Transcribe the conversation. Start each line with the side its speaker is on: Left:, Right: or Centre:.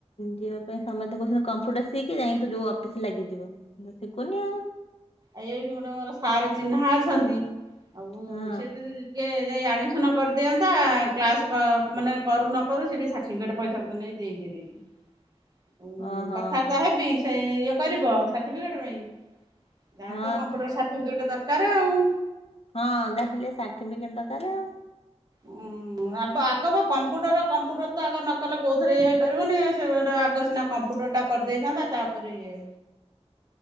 Left: ଯିବା ପାଇଁ ସମେତେ କହୁଛନ୍ତି କମ୍ପ୍ୟୁଟର ସିକି ଯାଇଁକି ତୁ ଯୋଉ ଅଫିସରେ ଲାଗିଯିବୁ ମୁ ଶିଖୁନି ଆଉ।
Right: ଏଇଠି ଗୋଟେ ମୋର ସାର ଚିହ୍ନା ଅଛନ୍ତି ଆଉ
Left: ହଁ
Right: ସେ ଯଦି ଟିକେ ଯାଇ ଆଡ଼ମିସନ୍ କରିଦିଅନ୍ତା କ୍ଲାସ୍ କ ମାନେ କରୁ ନ କରୁ ସେଇଠି ସାର୍ଟିଫିକେଟ୍ ପଇସା ପତର ନେଇ ଦେଇଦିଅ ସେ <inaudible> ଉଁ
Left: ଓହୋ
Right: କଥାବାର୍ତ୍ତା ହେବି ସେ ଇଏ କରିବ ସାର୍ଟିଫିକେଟ ପାଇଁ। ତାର
Left: ହଁ
Right: ତ କମ୍ପୁଟର ସାର୍ଟିଫିକେଟ ଦରକାର ଆଉ।
Left: ହଁ ତାର ଖାଲି ସାର୍ଟିଫିକେଟ ଦରକାର ଆଉ।
Right: ଉଁ। ହୁଁ ଆ ଆଗ ବା କମ୍ପୁଟର-କମ୍ପୁଟର ତ ଆଗ ନ କଲେ କୋଉଥିରେ ଇଏ ହେଇପାରିବନି ସେ ଆଗ ସିନା କମ୍ କମ୍ପୁଟର ଟା କରିଦେଇଥାନ୍ତା ତାପରେ ଇଏ